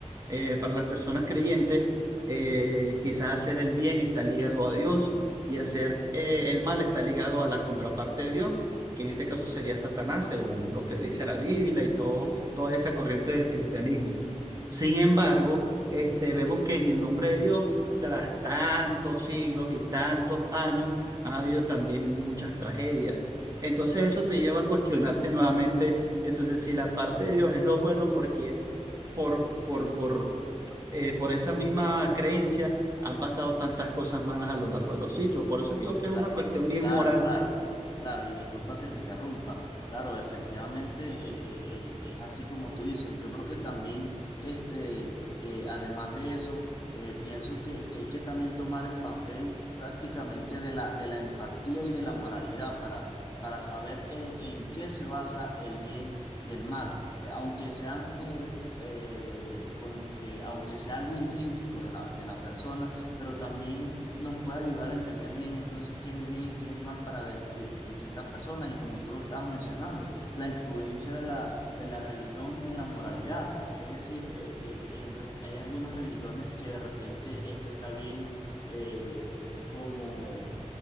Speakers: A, on the right; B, on the left.
A: Eh, para las personas creyentes, eh, quizás hacer el bien está ligado a Dios y hacer eh, el mal está ligado a la contraparte de Dios que en este caso sería Satanás, según lo que dice la Biblia y todo, toda esa corriente del cristianismo. Sin embargo, este, vemos que en el nombre de Dios, tras tantos siglos y tantos años, ha habido también muchas tragedias. Entonces eso te lleva a cuestionarte <laughs> nuevamente, entonces si la parte de Dios es lo bueno, porque por, por, por, eh, por esa misma creencia han pasado tantas cosas malas a lo largo de los siglos. Por eso digo que es
B: Cla-
A: una cuestión bien
B: Claro,
A: moral
B: claro, claro, y disculpa que te interrumpa. Claro, efectivamente eh, eh, eh, es así como tú dices. Yo creo que también, este, eh, además de eso, eh, pienso que, que hay que también tomar el papel prácticamente de la, de la empatía y de la moralidad para, para saber eh, en qué se basa el bien y el mal. Eh, aunque sean eh, eh, como que, aunque sea algo intrínseco de la, de la persona pero también nos puede ayudar a entender bien entonces qué es el bien y qué es el mal para de- di- distintas personas. Y como tú lo estabas mencionando, la influencia de la, de la religión en la moralidad. Es decir, eh, eh, en re- hay algunas religiones que de repente esto está bien eh, eh, como...